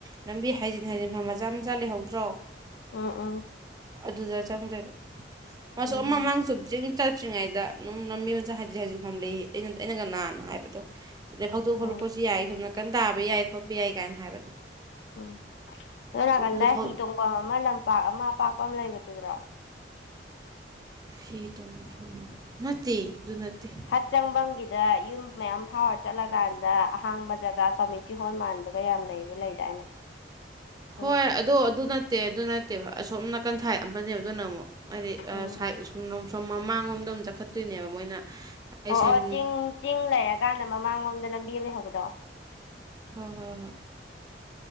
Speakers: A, on the right; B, on the left.
A: ꯂꯝꯕꯤ ꯍꯥꯏꯖꯤꯟ ꯍꯥꯏꯖꯤꯟꯐꯝ ꯃꯆꯥ ꯃꯆꯥ ꯂꯩꯍꯧꯗ꯭ꯔꯣ
B: ꯑꯣ ꯑꯣ
A: ꯑꯗꯨꯗ ꯆꯪꯗꯣꯏꯕ ꯃꯥꯁꯨ
B: ꯎꯝ
A: ꯑꯃ ꯃꯃꯥꯡ ꯆꯨꯞꯗ꯭ꯔꯤꯡ ꯆꯠꯇ꯭ꯔꯤꯉꯩꯗ ꯑꯗꯨꯝ ꯂꯝꯕꯤ ꯃꯆꯥ ꯍꯥꯏꯖꯤꯟ ꯍꯥꯏꯖꯤꯟꯐꯝ ꯂꯩꯑꯦ ꯑꯩꯅ ꯑꯩꯅꯒ ꯅꯍꯥꯟ ꯍꯥꯏꯕꯗꯣ ꯁꯤꯗꯩ ꯐꯧꯗꯣꯛ ꯐꯥꯎꯂꯛꯄꯁꯨ
B: ꯎꯝ
A: ꯌꯥꯏ ꯁꯣꯝ ꯀꯟ ꯇꯥꯕ ꯌꯥꯏ ꯈꯣꯠꯄ ꯌꯥꯏ ꯀꯥꯏꯅ ꯍꯥꯏꯕꯗꯣ
B: ꯎꯝ ꯑꯗꯣ ꯅꯥꯀꯟꯗ
A: ꯑꯗꯨ ꯐꯥꯎ
B: ꯍꯤ ꯇꯣꯡꯕꯝ ꯑꯃ ꯂꯝꯄꯥꯛ ꯑꯃ ꯑꯄꯥꯛꯄ ꯑꯃ ꯂꯩꯕꯗꯨꯗ꯭ꯔꯣ
A: ꯐꯤ ꯇꯣꯡꯐꯝ ꯅꯠꯇꯦ ꯑꯗꯨ ꯅꯠꯇꯦ
B: ꯑꯆꯪꯕꯝꯒꯤꯗ ꯌꯨꯝ ꯃꯌꯥꯝ ꯐꯥꯎꯔ ꯆꯠꯂꯀꯥꯟꯗ ꯑꯍꯥꯡꯕ ꯖꯒꯥ ꯀꯝꯃꯤꯇꯤ ꯍꯣꯝ ꯃꯥꯟꯕꯒ ꯌꯥꯝ ꯂꯩꯕ ꯂꯩꯗꯥꯏꯅꯦ ꯑꯗꯨ
A: ꯍꯣꯏ
B: ꯅꯥꯀꯟꯗ
A: ꯑꯗꯣ ꯑꯗꯨ ꯅꯠꯇꯦ ꯑꯗꯨ ꯅꯠꯇꯦꯕ ꯑꯁꯣꯝ ꯅꯥꯀꯟꯊꯥꯏ ꯑꯃꯅꯦꯕ ꯑꯗꯨꯅ ꯑꯃꯨꯛ ꯍꯥꯏꯗꯤ
B: ꯎꯝ
A: ꯑ ꯁꯥꯏꯠ ꯑꯁꯣꯝꯂꯣꯝ ꯁꯣꯝ ꯃꯃꯥꯡꯂꯣꯝꯗ ꯑꯃ ꯆꯠꯈꯠꯇꯣꯏꯅꯦꯕ ꯃꯣꯏꯅ ꯑꯩ
B: ꯑꯣ
A: ꯁꯦꯟ
B: ꯑꯣ ꯆꯤꯡ ꯆꯤꯡ ꯂꯩꯔꯀꯥꯟꯗ ꯃꯃꯥꯡꯂꯣꯝꯗ ꯂꯝꯕꯤ ꯑꯃ ꯂꯩꯍꯧꯕꯗꯣ
A: ꯍꯣꯏ ꯍꯣꯏ ꯍꯣꯏ